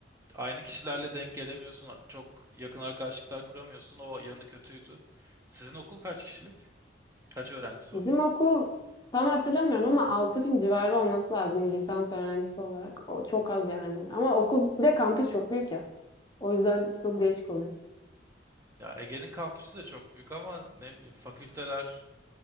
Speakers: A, on the right; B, on the left.
A: aynı kişilerle denk gelemiyorsun. Çok yakın arkadaşlıklar kuramıyorsun. O yanı kötüydü. Sizin okul kaç kişilik? Kaç öğrencisi
B: Bizim
A: var?
B: okul tam hatırlamıyorum ama altı bin civarı olması lazım lisans öğrencisi olarak. O çok az yani. Ama okul bir de kampüs çok büyük ya. O yüzden çok değişik oluyor.
A: Ya Ege'nin kampüsü de çok büyük ama ne bileyim fakülteler